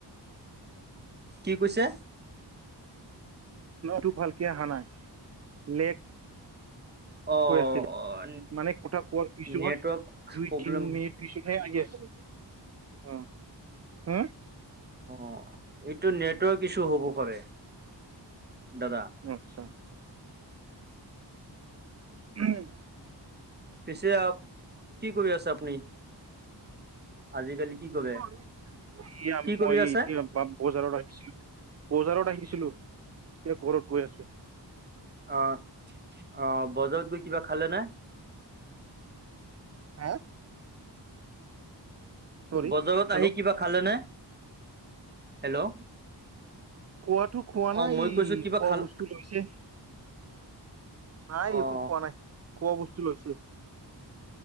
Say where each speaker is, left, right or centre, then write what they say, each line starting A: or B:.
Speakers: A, on the right; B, on the right.
A: কি কৈছে?
B: টো ভালকে হানাই লেগ
A: অ',
B: কৈ আছিল মানে কথা কোৱাৰ পিছত
A: নেটৱৰ্ক
B: দুই
A: প্ৰব্লেম
B: তিনি মিনিট থিচনে হ অ' হা?
A: অ' এইটো নেটৱৰ্ক ইছু হ'ব পাৰে দাদা।
B: অ' আচ্ছা। উম।
A: পিছে আপ কি কৰি আছে আপুনি? আজিকালি
B: <unintelligible>
A: কি কৰে?
B: এতিয়া
A: কি কৰি
B: মই
A: আছে?
B: এতিয়া বা বজাৰত আহিছিলো বজাৰত আহিছিলো এতিয়া ঘৰত গৈ আছো।
A: অ', অ' বজাৰত গৈ কিবা খালে নে?
B: হা? চৰি
A: বজাৰত
B: হেল্ল'
A: আহি কিবা খালে নে হেল্ল'?
B: খোৱাটো খোৱা
A: অ',
B: নাই
A: মই
B: এই
A: কৈছো কিবা
B: খোৱা
A: খাল
B: বস্তু লৈছে। নাই
A: অ',
B: একো খোৱা নাই খোৱা বস্তু লৈছে।